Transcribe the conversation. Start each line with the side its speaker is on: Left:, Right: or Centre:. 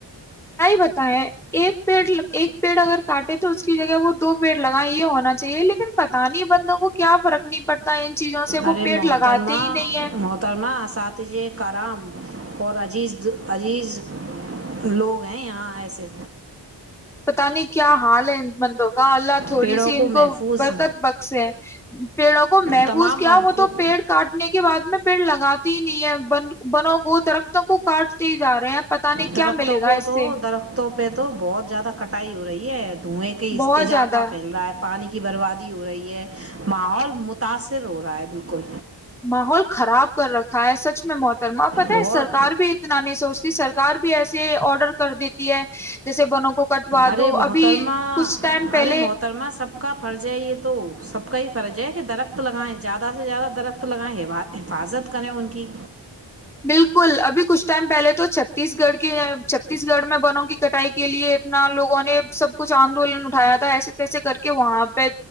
Centre: بتیں ایک پیڑ ایک پیڑ اگر کاٹے تو اس کی جگہ وہ دو پیڑ لگائیں یہ ہونا چاہیے لیکن پتا نہیں بندوں کو کیا فرق نہیں پڑتا چیزوں سے وہ
Right: ارے
Centre: پیڑ
Right: محترما
Centre: لگاتے ہی نہیں ہے
Right: محترما ساتی کرام اور عزیز عزیز لوگ ہیں یہاں ایسے
Centre: پتا نہیں کیا حال ہے مطلب ہ اللہ تھوڑی
Right: پیڑوں
Centre: سی ان کو
Right: محفوظ
Centre: برکت بخس ہیں پیڑوں کو محفوظ
Right: تمام
Centre: کیا
Right: ملکوں
Centre: ہو تو پیڑ کاٹنے کے بعد میں پیڑ لگات نہیں ہے بن بنوں کو درختوں کو کاٹتے جا رہے ہیں پتا نہیں
Right: درختوں
Centre: کیا ملے گا
Right: کو
Centre: اس
Right: تو
Centre: سے
Right: درختوں پہ تو بہت زیادہ کٹائی ہو رہی ہے دھوئیں کے
Centre: بہت
Right: اضافہ
Centre: زیادہ
Right: پھیل رہا ہے پانی بربادی ہو رہی ہے ماحول متاثر ہو رہا ہے بالکل
Centre: ماحول خراب کر رکھا ہے سچ میں موت ما پتہ
Right: بہت
Centre: ہے سرار بھی اتنا نہیں سوچتی سرار بھی ایسے آڈر کر دیتی ہے جیسے بنوں کو کٹوا
Right: ارے
Centre: دو
Right: محترمہ
Centre: ابھی کچھ ٹائم پہلے
Right: ارے محترمہ سب کا پر جائے یہ تو سب کا ہی پر جی کہ درخت لگائ زیادہ سے زیادہ درخت لگائیںا حفاظت کریں ان کی
Centre: بالکل ابھی کچھ ٹائم پہلے تو چھتیس گڑھ کے چھتیس گڑھ میں بنوں کی کٹائی کے لیے اتنا لوگوں نے سب کچھ آندولن اٹھایا تھا ایسے تیسے کر کے وہاں پہ